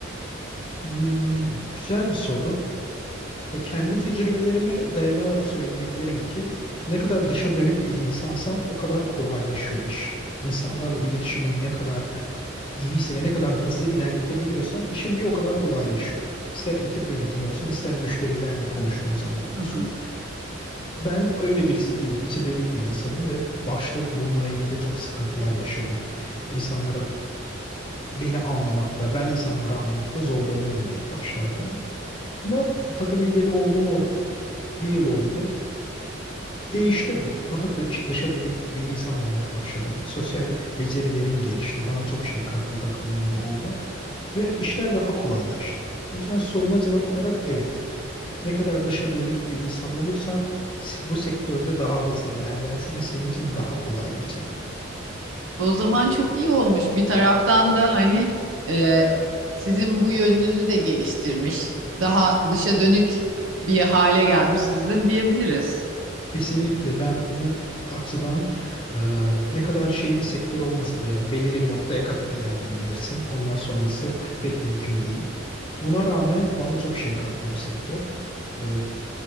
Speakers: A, on the left; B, on the right.
A: hmm, güzel bir soru. Ya kendi tecrübelerime dayanarak söyleyebilirim ki ne kadar dışa dönük bir insansan o kadar kolaylaşıyor iş. İnsanlarla iletişimin ne kadar iyiyse ve ne kadar hızlı ilerletebiliyorsan işin bir o kadar kolaylaşıyor. İster ekip yönetimi olsun, ister müşterilerle konuştuğun zaman olsun.
B: Hı hı.
A: Ben öyle birisi değilim. İçe dönük bir insanım ve başta bununla ilgili çok sıkıntılar yaşadım. İnsanlara beni anlamakta, ben insanları anlamakta zorlanıyordum ilk başlarda. Ama takım lideri olduğum o bir yıl oldu. Değişti bu. Daha dö- dışa dönük bir insan olmaya başladım. Sosyal becerilerim gelişti. Bana çok şey kattı takım lideri olmak ve işler daha kolaylaştı. O yüzden soruna cevap olarak evet. Ne kadar dışa dönük bir insan olursan s- bu sektörde daha hızlı ilerlersin ve senin için daha kolay geçer.
B: O zaman çok iyi olmuş. Bir taraftan da hani e, sizin bu yönünüzü de geliştirmiş. Daha dışa dönük bir hale gelmişsiniz de diyebiliriz.
A: Kesinlikle ben bu açıdan e, ne kadar şey bir sektör olmasa da ya belirli bir noktaya kadar ilerleyebilirsin. Ondan sonrası pek mümkün değil. Buna rağmen bana çok şey kattı bu sektör. E,